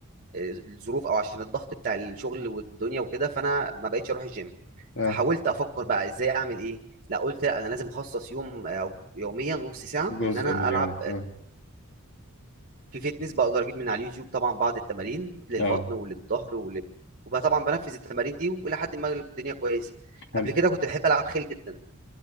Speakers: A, on the right; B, on the left.
A: آه، الظروف او عشان الضغط بتاع الشغل والدنيا وكده فانا ما بقتش اروح الجيم
B: اه
A: فحاولت افكر بقى ازاي اعمل ايه لا قلت لا انا لازم اخصص يوم آه، او يوميا نص ساعه
B: جزء
A: ان انا
B: من
A: العب
B: يومك اه
A: في فيتنس بقدر اجيب من على اليوتيوب طبعا بعض التمارين للبطن
B: اه
A: وللظهر ولل... وبقى طبعا بنفذ التمارين دي والى حد ما الدنيا كويسه
B: حلو
A: قبل كده كنت بحب العب خيل جدا